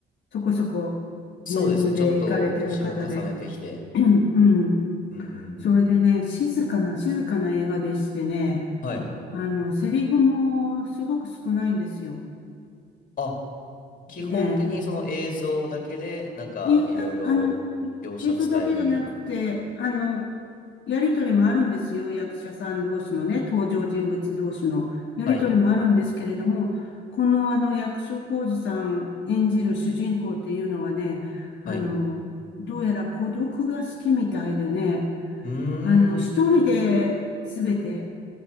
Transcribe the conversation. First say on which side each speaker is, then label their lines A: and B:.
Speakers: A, on the left (about 65°); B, on the left (about 45°).
A: そこそこ年齢いかれてる方で、
B: そうですね。ちょっと、年も重ねてきて。
A: <clears throat> うん。
B: うんうんうん。
A: それでね、静かな、静かな映画でしてね、
B: はい。
A: あの、セリフもすごく少ないんですよ。
B: あ、基本的にその映像だけで、
A: ええ。
B: なんか、
A: に、
B: いろいろ描写伝えるみたいな。
A: ああの、い映像だけじゃなくて、あの、やりとりもあるんですよ。役者さん同士のね、登場人物同士のやりとりもあるんですけれども、
B: はい。
A: このあの役所広司さん演じる主人公っていうのはね、
B: はい。
A: あの、どうやら孤独が好きみたいでね、
B: うー
A: あの、一人で全て
B: ん。